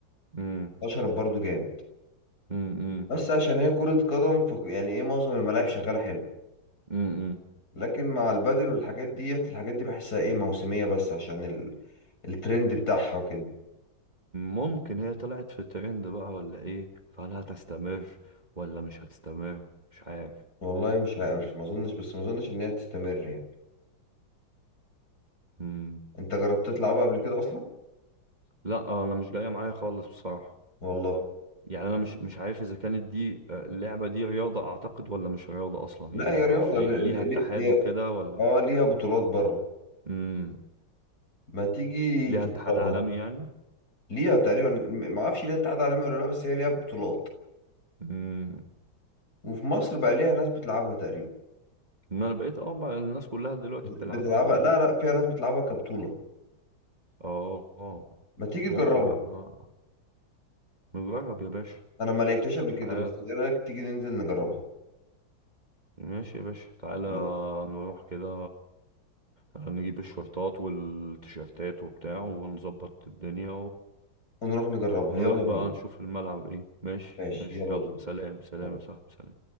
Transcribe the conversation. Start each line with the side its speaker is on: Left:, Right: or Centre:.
Right: امم
Left: انتشرت برضو جامد
Right: امم
Left: بس عشان هي كرة قدم ف يعني ايه معظم الملاعب شغالة حلو
Right: امم
Left: لكن مع البادل والحاجات ديت الحاجات دي بحسها ايه موسمية بس عشان ال... الترند بتاعها كده
Right: ممكن هي طلعت في ترند بقى ولا ايه فهل هتستمر ولا مش هتستمر مش عارف
Left: والله مش عارف ما اظنش بس ما اظنش ان هي تستمر يعني
Right: امم
Left: انت جربت تلعبها قبل كده اصلا
Right: لا آه، انا مش جايه معايا خالص بصراحه
Left: والله
Right: يعني انا مش مش عارف اذا كانت دي آه، اللعبه دي رياضه اعتقد ولا مش رياضه اصلا
Left: لا
Right: يعني
Left: هي
Right: ما
Left: رياضة
Right: اعرفش يعني
Left: ل... ل...
Right: ليها اتحاد
Left: ل... هي-
Right: وكده ولا
Left: اه ليها بطولات بره
Right: امم
Left: ما تيجي
Right: ليها
Left: تجربها
Right: اتحاد عالمي يعني
Left: ليها تقريبا م- ما اعرفش ليها اتحاد عالمي ولا لا بس هي ليها بطولات
Right: امم
Left: وفي مصر بقى ليها ناس بتلعبها تقريبا
Right: ان انا بقيت اه بقى الناس كلها دلوقتي
Left: بت-
Right: بتلعبها
Left: بتلعبها
Right: بقول
Left: لا
Right: لك
Left: لا فيها ناس بتلعبها كبطولة
Right: اه اه
Left: ما تيجي تجربها
Right: ممكن بقى آه. نجرب يا باشا
Left: انا ما لعبتهاش قبل كده
Right: تعال
Left: بس ايه رأيك تيجي ننزل نجربها
Right: ماشي يا باشا تعالى
Left: يلا،
Right: نروح كده آه، نجيب الشورتات والتيشيرتات وبتاع ونظبط الدنيا
Left: ونروح نجربها
Right: نروح
Left: يلا بينا
Right: بقى نشوف الملعب ايه ماشي
Left: ماشي
Right: ماشي
Left: يلا
Right: يلا
Left: بينا
Right: سلام سلام
Left: سلام.
Right: يا صاحبي سلام